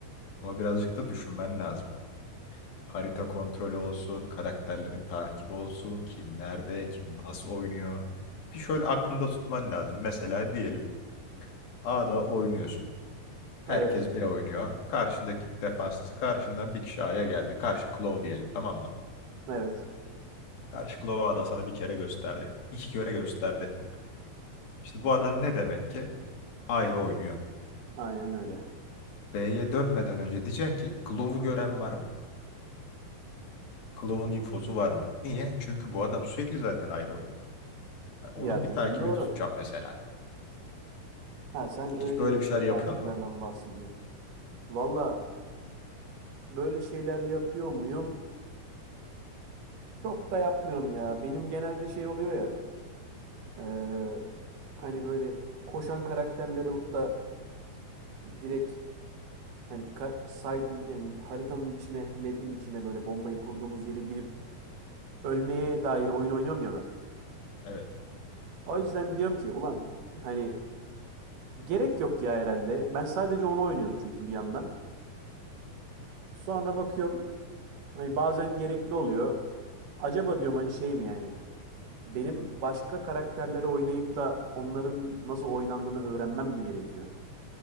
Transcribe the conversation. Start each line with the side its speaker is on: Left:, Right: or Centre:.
Left: Ama birazcık da düşünmen lazım. Harita kontrolü olsun, karakterlerin takibi olsun, kim nerede, kim nasıl oynuyor. Bir şöyle aklında tutman lazım. Mesela diyelim A'da oynuyorsun. Herkes
Right: Evet,
Left: B oynuyor. Karşındaki defanstası. Karşından bir kişi A'ya geldi. Karşı Klov diyelim tamam mı?
Right: evet.
Left: Karşı Klov'a ada sana bir kere gösterdi. İki kere gösterdi. Şimdi bu adam ne demek ki? Ayrı oynuyor.
Right: Aynen öyle.
Left: B'ye dönmeden önce diyeceksin ki Klov'u gören var mı? Klov'un infosu var mı? Niye? Çünkü bu adam sürekli zaten ayrı oynuyor. Yani Onun
Right: Ya
Left: bir
Right: dediğin
Left: takibini
Right: doğru.
Left: tutacağım mesela.
Right: Ha sen
Left: Hiç
Right: öyleli
Left: böyle bir şeyler yapıyor
Right: takiplerden
Left: mu?
Right: bahsediyorsun. Valla böyle şeyler yapıyor muyum? Çok da yapmıyorum ya. Benim genelde şey oluyor ya. Eee, hani böyle koşan karakterler alıp da direkt hani ka saydın yani haritanın içine, map'in içine böyle bombayı kurduğumuz yere girip ölmeye dair oyun oynuyorum ya ben.
Left: Evet.
Right: O yüzden diyorum ki ulan hani gerek yok ya herhalde. Ben sadece onu oynuyorum çünkü bir yandan. Sonra bakıyorum hani bazen gerekli oluyor. Acaba diyorum hani şey mi yani benim başka karakterleri oynayıp da onların nasıl oynandığını öğrenmem mi gerekiyor?